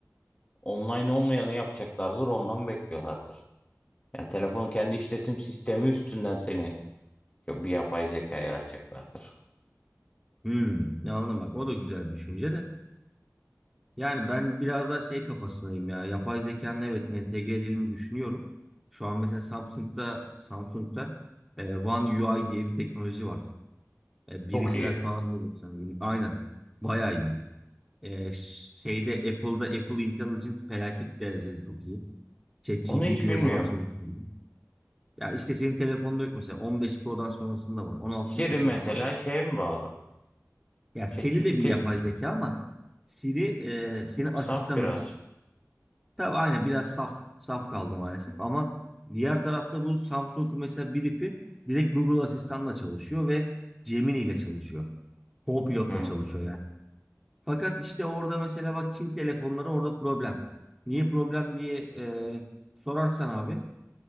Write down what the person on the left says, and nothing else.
online olmayanı yapacaklardır ondan bekliyorlardır. Yani telefonun kendi işletim sistemi üstünden seni bir yapay zeka yaratacaklardır.
Çok
iyi.
Onu hiç
bilmiyorum.
Siri
mesela
şeye mi bağlı?
ChatGPT.
Saf biraz.
Hı.